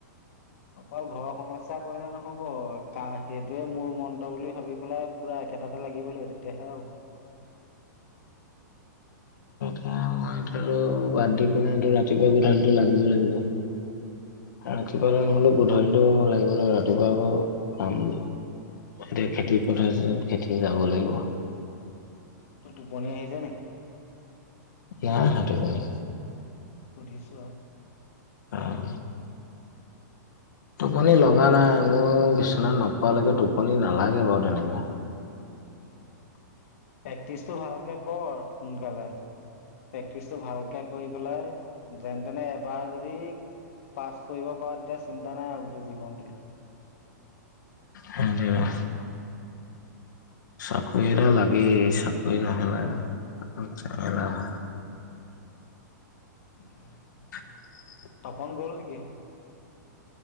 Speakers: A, on the left; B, on the left.
A: অকল ঘৰৰ সমস্যা। কৰিলে নহ'ব কা সেইটোৱে মোৰ মন্ত্ৰ বুলি ভাবি পেলাই, পুৰা একেটাতে লাগিব লাগিব তেতিয়াহে হ'ব। <inaudible>
B: কাম এতিয়াটো বাদ দি পিনে, ৰাতিপুৱা গধূলিটো লাগিব লাগিব। ৰাতিপুৱা নহ'লেও গধূলিটো লাগিব লাগিব, ৰাতিপুৱা আকৌ কাম। এতিয়া খেতি পথাৰ আছে, খেতি যাব লাগিব।
A: তোৰ টোপনি আহিছে নি?
B: নাই অহা টোপনি।
A: সুধিছো আৰু।
B: আও। টোপনি লগা নাই, মোৰ বিচনাত নপৰালৈকে টোপনি নালাগে বাৰু তেনেকে।
A: প্ৰেক্টিচটো ভালকে কৰ সোনকালে। প্ৰেক্টিচটো ভালকে কৰি পেলাই, যেন তেনে এবাৰ যদি। পাছ কৰিব পাৰ, তেতিয়া চিন্তা নাই আৰু গোটেই জীৱনটোলৈ।
B: সেইটোয়েটো। চাকৰি এটা লাগেই চাকৰি নহ'লে জেমেলা হয়।
A: উম। <unintelligible>
B: <inaudible>
A: তপন গ'ল নেকি?